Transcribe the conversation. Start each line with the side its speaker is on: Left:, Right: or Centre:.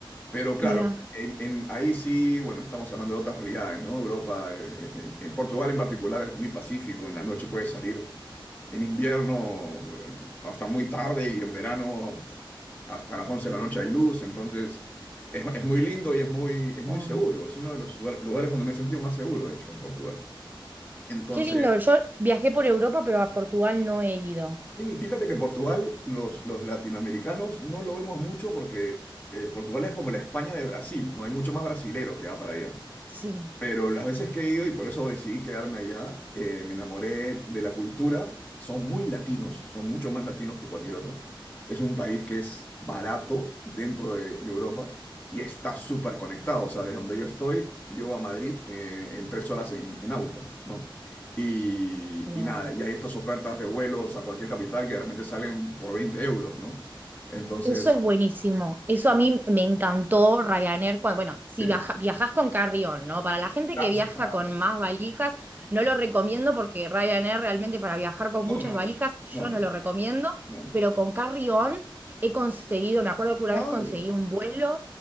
Left: Pero claro,
Right: Mira,
Left: en, en- ahí sí, bueno, estamos hablando de otras realidades, ¿no? Europa, eh, en, en Portugal en particular es muy pacífico. En la noche puedes salir En invierno hasta muy tarde y en verano pf, hasta las 11 de la noche hay luz, entonces es, es muy lindo y es muy, es muy
Right: wow.
Left: seguro. Es uno de los lugar- lugares donde me he sentido más seguro, de hecho, en Portugal. Entonces,
Right: Qué lindo. Yo viajé por Europa, pero a Portugal no he ido.
Left: sí, fíjate que Portugal, los, los latinoamericanos no lo vemos mucho porque eh, Portugal es como la España de Brasil, ¿no? Hay mucho más brasilero que va para allá.
Right: Sí,
Left: Pero las veces que he ido, y por eso decidí quedarme allá, eh, me enamoré de la cultura. Son muy latinos, son mucho más latinos que cualquier otro. Es un país que es barato dentro de, de Europa y está súper conectado. O sea, de donde yo estoy, yo a Madrid eh, en tres horas en, en auto, ¿no? Y,
Right: guau
Left: y nada, y hay estas ofertas de vuelos a cualquier capital que de repente salen por 20 euros, ¿no? Entonces,
Right: Eso es buenísimo. Eso a mí me encantó Ryanair. cuan- bueno, si
Left: sí,
Right: viaja- viajas con carrión, ¿no? Para la gente
Left: Ah,
Right: que viaja
Left: sí, claro.
Right: con más valijas, no lo recomiendo porque Ryanair realmente para viajar con
Left: No,
Right: muchas
Left: no,
Right: valijas, yo
Left: no, no,
Right: no lo recomiendo.
Left: no.
Right: Pero con carrión he conseguido, me acuerdo que
Left: Claro,
Right: una vez conseguí un vuelo